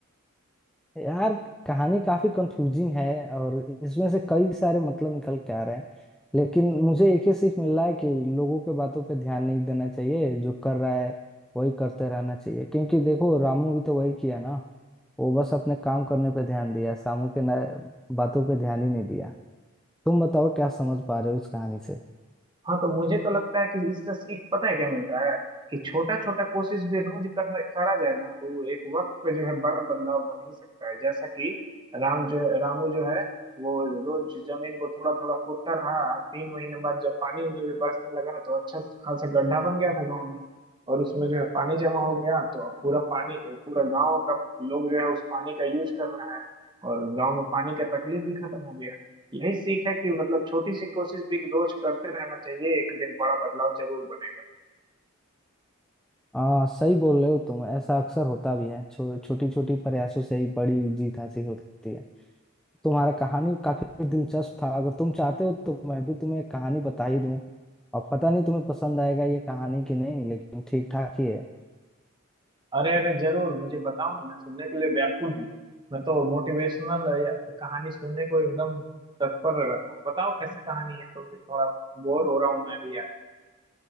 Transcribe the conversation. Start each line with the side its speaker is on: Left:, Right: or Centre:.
Centre: यार कहानी काफी कंफ्यूजिंग है और इसमें से कई सारे मतलब निकल के आ रहे हैं लेकिन मुझे एक ही सीख मिल रहा है कि लोगों के बातों पे ध्यान नहीं देना चाहिए जो कर रहा है वही करते रहना चाहिए क्योंकि देखो रामू भी तो वही किया ना वो बस अपने काम करने पे ध्यान दिया सामू के ना बातों पे ध्यान ही नहीं दिया तुम बताओ क्या समझ पा रहे हो उस कहानी से
Right: हाँ तो मुझे तो लगता है कि इससे सीख पता है क्या मिलता है कि छोटा छोटा कोशिश भी रोज करना करा जाए ना तो एक वक्त पे जो है बड़ा बदलाव बन ही सकता है जैसा कि राम जो रामू जो है वो रोज जमीन को थोड़ा थोड़ा खोदता रहा आज तीन महीने बाद जब पानी उनी भी बरसने लगा तो अच्छा खासा गड्ढा बन गया था गाँव में और उसमें जो है पानी जमा हो गया तो अब पूरा पानी पूरा गाँव का लोग जो है उस पानी का यूज कर रहा है और गाँव में पानी का तकलीफ भी खत्म हो गया यही सीख है कि मतलब छोटी सी कोशिश भी रोज करते रहना चाहिए एक दिन बड़ा बदलाव जरूर बनेगा
Centre: हाँ सही बोल रहे हो तुम ऐसा अक्सर होता भी है छो, छोटी छोटी प्रयासों से ही बड़ी जीत हासिल होती है तुम्हारा कहानी काफी दिलचस्प था अगर तुम चाहते हो तो मैं भी तुम्हें एक कहानी बता ही दूं अब पता नहीं तुम्हें पसंद आएगा ये कहानी कि नहीं लेकिन ठीक ठाक ही है
Right: अरे अरे जरूर मुझे बताओ ना मैं सुनने के लिए व्याकुल हूँ मैं तो मोटिवेशनल कहानी सुनने को एकदम तत्पर रहता हूँ बताओ कैसे कहानी है तो मैं थोड़ा बोर हो रहा हूँ मैं भी यार